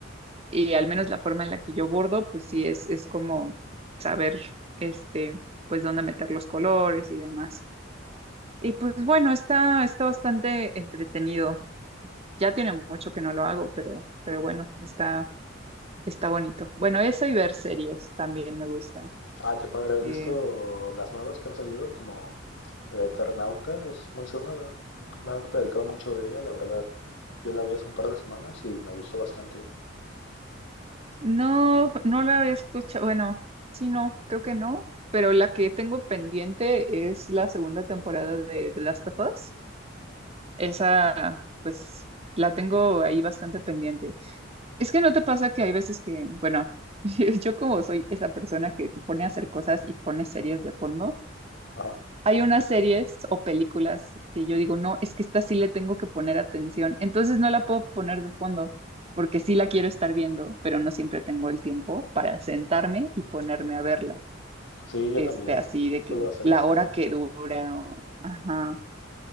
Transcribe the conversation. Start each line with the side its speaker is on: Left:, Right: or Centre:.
Right: y al menos la forma en la que yo bordo, pues sí es, es como saber, este, pues dónde meter los colores y demás. Y pues bueno, está, está bastante entretenido. Ya tiene mucho que no lo hago, pero, pero bueno, está Está bonito. Bueno, eso y ver series también me gusta.
Left: Ah, qué padre. ¿Has
Right: Eh,
Left: visto las nuevas que han salido? Como el Eternauta, es muy sonada. Me han platicado mucho de ella, la verdad. Yo la vi hace un par de semanas y me gustó bastante.
Right: no, no la he escuchado. Bueno, sí, no, creo que no. Pero la que tengo pendiente es la segunda temporada de The Last of Us. Esa, pues, la tengo ahí bastante pendiente. Es que no te pasa que hay veces que, bueno, <laughs> yo como soy esa persona que se pone a hacer cosas y pone series de fondo,
Left: Ajá.
Right: hay unas series o películas que yo digo, no, es que esta sí le tengo que poner atención, entonces no la puedo poner de fondo porque sí la quiero estar viendo, pero no siempre tengo el tiempo para sentarme y ponerme a verla,
Left: Sí, yo
Right: este,
Left: también.
Right: así de
Left: Suelo
Right: que
Left: hacer
Right: la
Left: eso.
Right: hora que dura, o- ajá,